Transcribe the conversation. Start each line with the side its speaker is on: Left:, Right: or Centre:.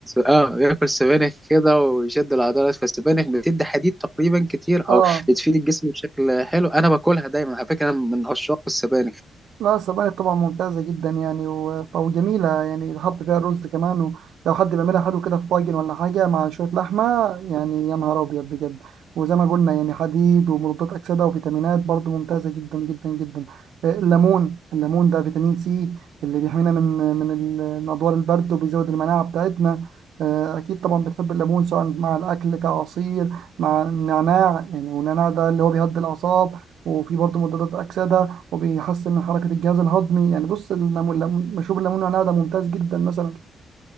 Centre: اه بياكل سبانخ كده ويشد العضلات فالسبانخ بتدي حديد تقريبا كتير
Right: اه
Centre: او بتفيد الجسم بشكل حلو انا باكلها دايما على فكره انا من عشاق السبانخ
Right: لا السبانخ طبعا ممتازة جدا يعني و- وجميلة يعني تحط فيها الرز كمان ولو حد بيعملها حلو كده في طاجن ولا حاجة مع شوية لحمة يعني يا نهار أبيض بجد وزي ما قلنا يعني حديد ومضادات أكسدة وفيتامينات برضو ممتازة جدا جدا جدا آه، الليمون الليمون ده فيتامين سي اللي بيحمينا من من ال- من أدوار البرد وبيزود المناعة بتاعتنا آه، أكيد طبعا بتحب الليمون سواء مع الأكل كعصير مع النعناع يعني والنعناع ده اللي هو بيهدي الأعصاب وفي برضه مضادات أكسدة وبيحسن من حركة الجهاز الهضمي يعني بص الليمون مشروب الليمون والنعناع ده ممتاز جدا مثلا